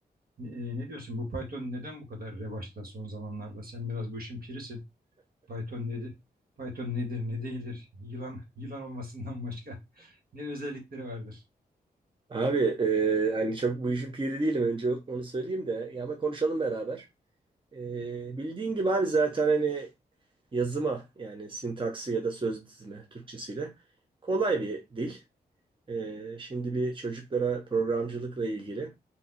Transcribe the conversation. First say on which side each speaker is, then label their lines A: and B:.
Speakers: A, on the right (about 60°); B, on the right (about 30°).
A: Ne, e, ne diyorsun? Bu Python neden bu kadar revaçta son zamanlarda? Sen biraz bu işin pirisin. Python nedir? Python nedir, ne değildir? Yılan yılan olmasından başka <laughs> ne özellikleri vardır?
B: Abi e, hani çok bu işin piri değilim önce onu söyleyeyim de ya ama konuşalım beraber. E, bildiğin gibi abi zaten hani yazıma yani sintaksi ya da söz dizimi Türkçesiyle kolay bir dil. E, şimdi bir çocuklara programcılıkla ilgili